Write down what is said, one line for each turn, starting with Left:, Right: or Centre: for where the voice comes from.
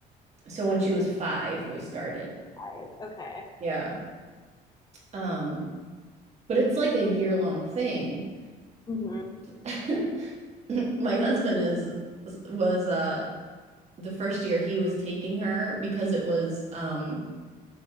Right: so when she was five, we started.
Left: Five. Okay.
Right: Yeah. Um, but it's like a year long thing.
Left: hmm
Right: <laughs> My husband is was uh the first year he was taking her because it was um